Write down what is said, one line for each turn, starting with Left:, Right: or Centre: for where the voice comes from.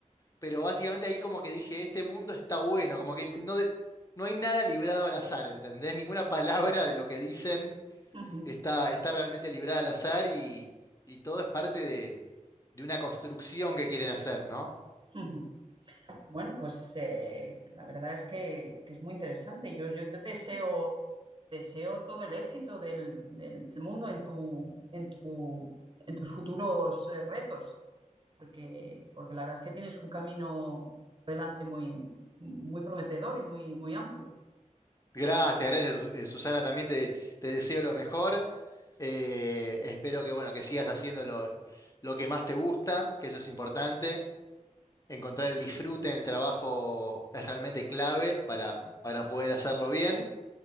Left: pero básicamente ahí como que dije, este mundo está bueno, como que no, de- no hay nada librado al azar, ¿entendés? Ninguna palabra de lo que dicen
Right: ujú,
Left: está, está realmente librada al azar y, y todo es parte de, de una construcción que quieren hacer, ¿no?
Right: ujú. Bueno, pues eh, la verdad es que, que es muy interesante. Yo, yo te deseo, deseo todo el éxito del, del- del mundo en tu, en tu, en tus futuros eh, retos, porque, porque la verdad es que tienes un camino delante muy, muy prometedor y muy, muy amplio.
Left: Gracias, gracias, Su- eh, Susana, también te, te deseo lo mejor. Eh, espero que, bueno, que sigas haciendo lo, lo que más te gusta, que eso es importante. Encontrar el disfrute en el trabajo es realmente clave para,
Right: sí.
Left: para poder hacerlo bien.